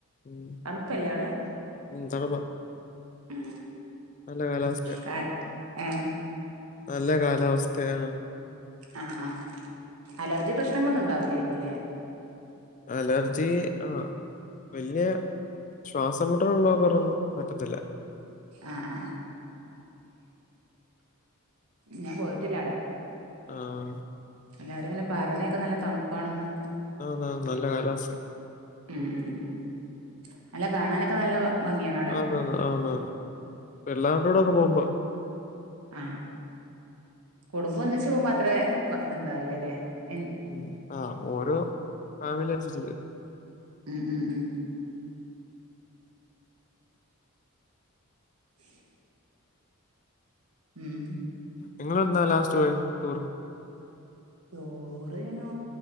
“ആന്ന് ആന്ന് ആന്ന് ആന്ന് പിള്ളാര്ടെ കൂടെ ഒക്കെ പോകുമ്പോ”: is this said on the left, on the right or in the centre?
Left